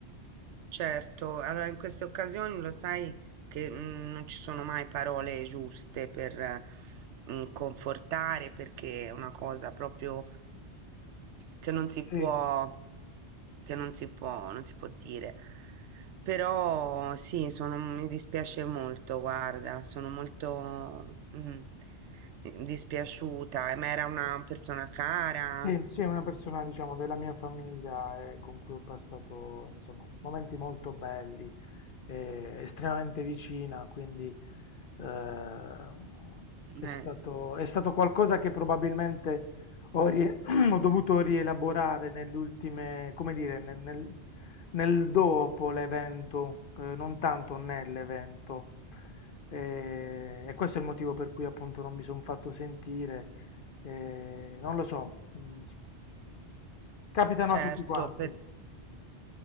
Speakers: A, on the right; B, on the left.
A: Certo, allora in queste occasioni lo sai che mm, non ci sono mai parole giuste per eh, mm, confortare perché è una cosa proprio che non si
B: Sì.
A: può, che non si può, non si può dire. Però sì, sono- mi dispiace molto, guarda, sono molto mm, eh, dispiaciuta, eh, ma era una persona cara,
B: Sì, sì, è una persona, diciamo, della mia famiglia eh, con cui ho passato, insomma, momenti molto belli, eh, estremamente vicina, quindi eh,
A: eh,
B: è stato, è stato qualcosa che probabilmente ho, rie- <clears throat> ho dovuto rielaborare nell'ultime, come dire, nel, nel- nel dopo l'evento, eh, non tanto nell'evento. Eh, E, questo è il motivo per cui appunto non mi sono fatto sentire. Eh, non lo so, mm, s- capitano
A: certo,
B: a tutti quanti.